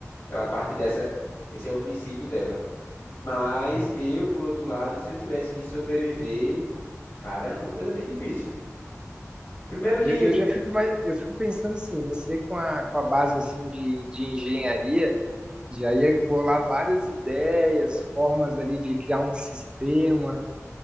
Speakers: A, on the left (about 45°); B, on the right (about 20°).
A: Ela parte dessa, esse é o princípio dela. Mas
B: <laughs>
A: eu, por outro lado, se eu tivesse que sobreviver, cara, é uma coisa bem difícil. Primeiro que,
B: Eu, eu já fico, mais- eu fico pensando assim, você com a, com a base assim de, de engenharia, já ia bolar várias ideias, formas ali de criar um sistema.